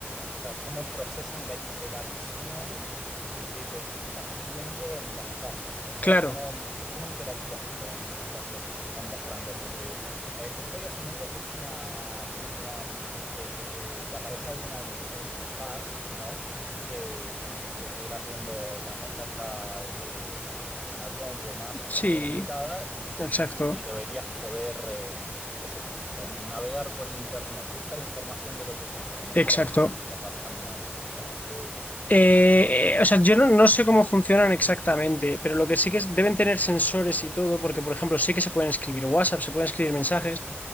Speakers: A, in the centre; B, on the left (about 40°).
A: o sea, cómo procesan la interacción de lo que estás viendo en las gafas, o sea,
B: Claro,
A: cómo, cómo interactúas con, con lo que te están mostrando, porque eh, estoy asumiendo que es una, ¿cómo se llama? Mm, eh, que te, te aparece algún tipo de interfaz, ¿no? Eh, tipo como si estuvieras viendo la pantalla eh, de, de una compu y demás en
B: sí,
A: realidad aumentada y,
B: exacto,
A: y- y deberías poder... eh, qué sé yo, por navegar por internet, buscar información de lo que sea, pero ¿cómo
B: exacto.
A: interactúas mientras vas caminando? O sea, ¿qué
B: Eh,
A: funciona?
B: eh, o sea, yo no, no sé cómo funcionan exactamente, pero lo que sí que es, deben tener sensores y todo, porque, por ejemplo, sé que se pueden escribir WhatsApp, se pueden escribir mensajes.